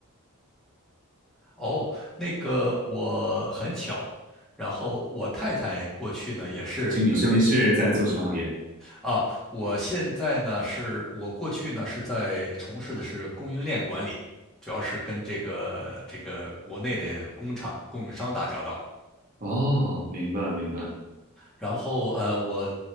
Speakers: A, in the centre; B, on the right (about 40°).
A: 哦，那个我很巧，然后我太太过去呢也是
B: 经历。所以您是在做什么行业？
A: 啊，我现在呢是我过去呢是在从事的是供应链管理，主要是跟这个这个国内的工厂供应商打交道。
B: 哦，明白明白，
A: 然后呃，我